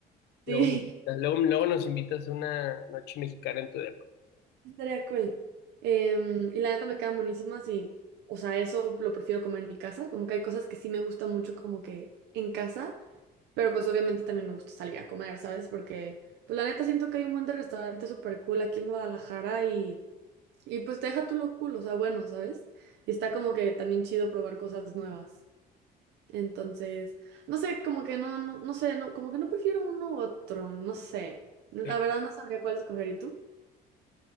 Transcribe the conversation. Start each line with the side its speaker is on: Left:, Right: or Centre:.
Right: sí,
Left: luego, me- luego, luego nos invitas a una noche mexicana en tu depa,
Right: <laughs> estaría cool. Em, y la neta me quedan buenísimas y, o sea, eso lo prefiero comer en mi casa. Como que hay cosas que sí me gustan mucho como que en casa, pero pues obviamente también me gusta salir a comer, ¿sabes? Porque, pues la neta siento que hay un montón de restaurantes súper cool aquí en Guadalajara y Y pues te deja tú lo cool, o sea, bueno, ¿sabes? Y está como que también chido probar cosas nuevas. Entonces, no sé, como que no, no, no sé, no, como que no prefiero uno u otro, no sé. La
Left: ¿ok?
Right: verdad no sabría cuál escoger. ¿Y tú?